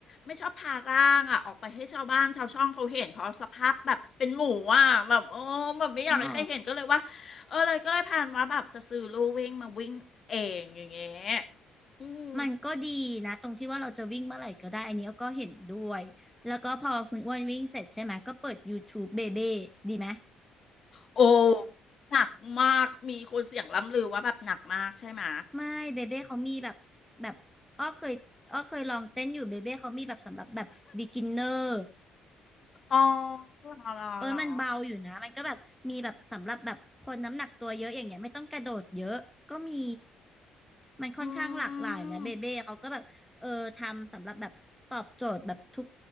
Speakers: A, on the left; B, in the centre.
A: ไม่ชอบพาร่างอ่ะออกไปให้ชาวบ้านชาวช่องเขาเห็นเพราะสภาพแบบเป็นหมูอ่ะแบบโอ้แบบไม่อยากให้ใครเห็นก็เลยว่าเออเลยก็เลยพานว่าแบบจะซื้อลู่วิ่งมาวิ่งเองอย่างเงี้ย
B: หรอ
A: อืม
B: มันก็ดีนะตรงที่ว่าเราจะวิ่งเมื่อไหร่ก็ได้อันนี้ก็เห็นด้วยแล้วก็พอคุณอ้วนวิ่งเสร็จใช่ไหมก็เปิด YouTube เบเบ้ดีไหม
A: โอ้หนักมากมีคนเสียงล่ำลือว่าแบบหนักมากใช่ไหม
B: ไม่เบเบ้เขามีแบบแบบอ้อเคยอ้อเคยลองเต้นอยู่เบเบ้เขามีแบบสำหรับแบบ beginner
A: อ๋อหรอหรอหรอ
B: เออมันเบาอยู่นะมันก็แบบมีแบบสำหรับแบบคนน้ำหนักตัวเยอะอย่างเงี้ยไม่ต้องกระโดดเยอะก็มีมันค่อนข้างหลากหลายนะเบเบ้เขาก็แบบเออทำสำหรับแบบตอบโจทย์แบบทุก
A: อืม